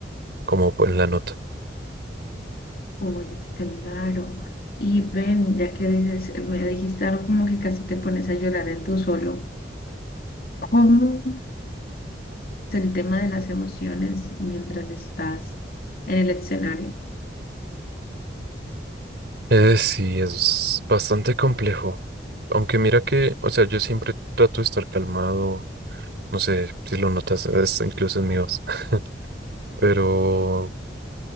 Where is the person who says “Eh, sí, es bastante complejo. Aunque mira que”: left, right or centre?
Right